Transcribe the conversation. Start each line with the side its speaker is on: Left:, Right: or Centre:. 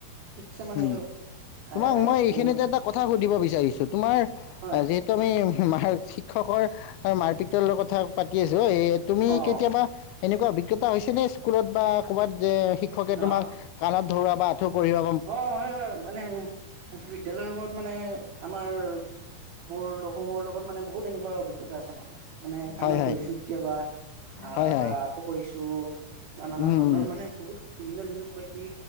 Right: ঠিকছে মানে
Left: উম তোমাক
Right: এ
Left: মই এইখিনিতে
Right: মানে
Left: এটা কথা সুধো দিব বিচাৰিছো তোমাৰ
Right: হয়
Left: যিহেতু আমি মাৰ শিক্ষকৰ আৰু মাৰ পিতলৰ কথা পাতি আছো তুমি
Right: অ
Left: কেতিয়াবা এনেকুৱা অভিজ্ঞতা হৈছেনে স্কুলত বা ক'ৰবাত যে শিক্ষকে তোমাৰ
Right: অ
Left: কাণত ধৰা বা আঠু কঢ়িয়াব
Right: অ হয় হয় মানে বিদ্যালয় সমূহত মানে আমাৰ মোৰ লগ সমূহৰ লগত মানে বহুত এনেকুৱা অভিজ্ঞতা। অভিজ্ঞতা আছে মানে মানে কাণত
Left: হয় হয়
Right: ধৰিছো কেতিয়াবা আহ
Left: হয় হয়
Right: বা আঁঠু কৰিছো। টো বা নানা
Left: উম
Right: ধৰণৰ
Left: উম
Right: মানে বহুত বিভিন্ন ধৰণৰ কিবা কিবি